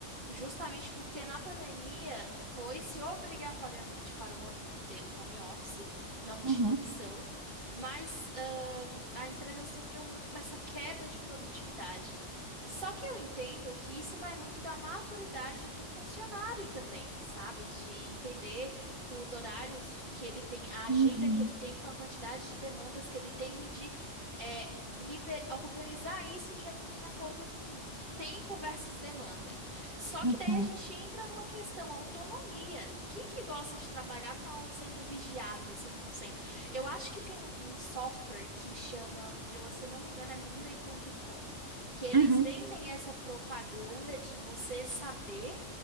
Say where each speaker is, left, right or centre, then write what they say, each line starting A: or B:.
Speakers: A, on the right; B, on the right.
A: justamente porque na pandemia foi-se obrigatoriamente para o modelo home office, não tinha
B: uhum,
A: opção, mas ah, a empresa sofreu muito com essa queda de produtividade. Só que eu entendo que isso vai muito da maturidade do funcionário também, sabe? De entender os horários que ele tem, a agenda
B: uhum,
A: que ele tem, com a quantidade de demandas que ele tem e de é, liber- organizar isso de acordo com tempo versus demanda. Só
B: uhum,
A: que daí a gente entra numa questão autonomia. Quem que gosta de trabalhar com a- sendo vigiado 100%? Eu acho que tem um, um software que chama, eu, se eu não me engano, é Monday.com que eles
B: uhum.
A: vendem essa propaganda de você saber